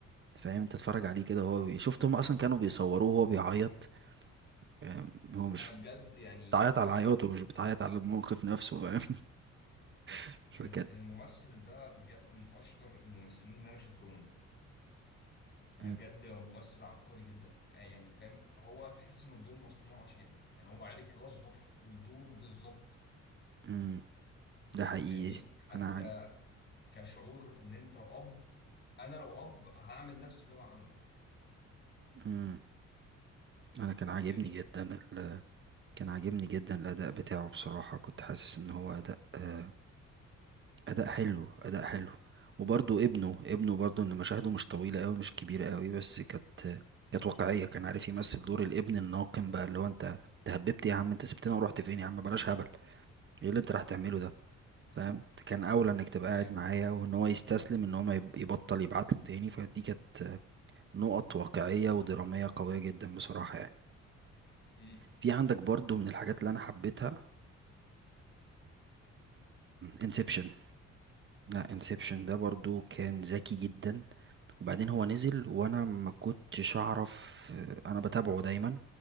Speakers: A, on the right; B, on the left.
A: فاهم انت اتفرج عليه كده وهو بي... شفت هم اصلا كانوا بيصوروه وهو بيعيط فاهم؟ هو مش
B: انا بجد يعني
A: بتعيط
B: آه
A: على عياطه مش بتعيط على الموقف نفسه فاهم <laughs> فكانت
B: ال- الممثل ده بجد من اشطر الممثلين اللي انا شفتهم انا
A: مم،
B: بجد ممثل عبقري جدا آه، يعني فاهم هو تحس ان الدور مصنوع عشانه يعني هو عارف يوظف الدور بالظبط
A: مم، ده حقيقي
B: فاهمني حتى
A: انا عن...
B: كشعور ان انت اب انا لو اب هعمل نفس اللي هو عمله
A: مم. انا كان عاجبني
B: فاهمني
A: جدا ال... كان عاجبني جدا الاداء بتاعه بصراحة كنت حاسس ان هو اداء آه، اداء حلو اداء حلو وبرضو ابنه ابنه برضو ان مشاهده مش طويله قوي مش كبيره قوي بس كانت كانت واقعيه كان عارف يمثل دور الابن الناقم بقى اللي هو انت انت هببت يا عم انت سبتنا
B: امم
A: ورحت فين يا عم بلاش هبل ايه اللي انت راح تعمله ده فاهم كان اولى انك تبقى
B: ايوه
A: قاعد معايا وان هو يستسلم ان هو ما يب- يبطل يبعت له تاني فدي كانت نقط واقعيه ودراميه قويه جدا بصراحه يعني
B: امم
A: في عندك برضو من الحاجات اللي انا حبيتها انسبشن لا انسبشن ده برضو كان ذكي جدا وبعدين هو نزل وانا ما كنتش اعرف انا بتابعه دايما